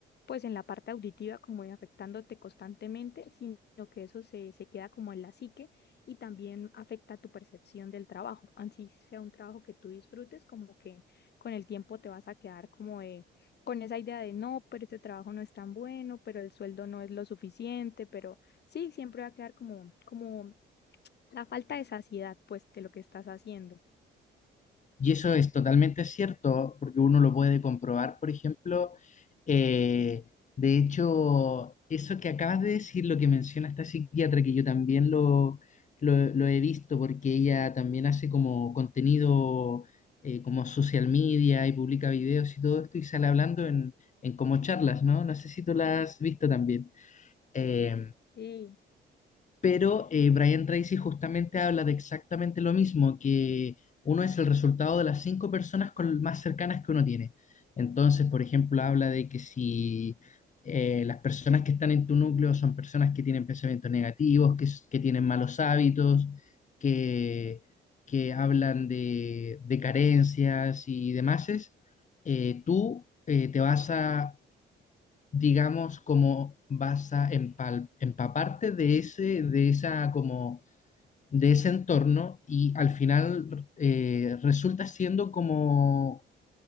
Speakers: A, on the left; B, on the left.
A: pues en la parte auditiva como de afectándote constantemente, sino que eso se, se queda como en la psique y también afecta tu percepción del trabajo. Así sea un trabajo que tú disfrutes, como que con el tiempo te vas a quedar como de, con esa idea de no, pero este trabajo no es tan bueno, pero el sueldo no es lo suficiente, pero sí, siempre va a quedar como, como la falta de saciedad, pues, de lo que estás haciendo.
B: Y eso es totalmente cierto, porque uno lo puede comprobar, por ejemplo, eh, de hecho, eso que acabas de decir, lo que menciona esta psiquiatra, que yo también lo, lo- lo he visto, porque ella también hace como contenido eh, como social media y publica videos y todo esto, y sale hablando en, en como charlas, ¿no? No sé si tú la has visto también. Eh,
A: Sí,
B: pero eh, Brian Tracy justamente habla de exactamente lo mismo, que uno es el resultado de las cinco personas con- más cercanas que uno tiene. Entonces, por ejemplo, habla de que si eh, las personas que están en tu núcleo son personas que tienen pensamientos negativos, que, s- que tienen malos hábitos, que, que hablan de, de carencias y demás, eh, tú eh, te vas a digamos, como vas a empal- empaparte de ese, de esa, como, de ese entorno y al final eh, resulta siendo como